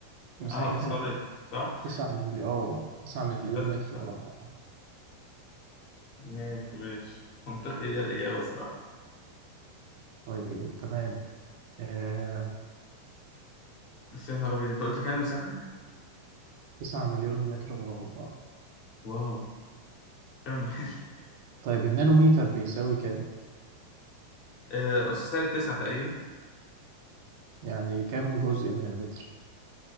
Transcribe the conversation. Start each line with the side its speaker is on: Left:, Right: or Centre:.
Right: مساحتها
Left: اه في السعودية صح؟
Right: تسعة مليون اه تسعة مليون
Left: بس
Right: متر
Left: صح.
Right: مربع
Left: ماشي ماشي منطقي هي الإجابة صراحة
Right: طيب تمام آه
Left: بس يا نهار أبيض أنت قلت كام مساحة؟
Right: 9 مليون متر مربع
Left: واو كمل <laughs>
Right: طيب النانوميتر بيساوي كام؟
Left: آه، أس سالب تسعة تقريبا
Right: يعني كام جزء من المتر؟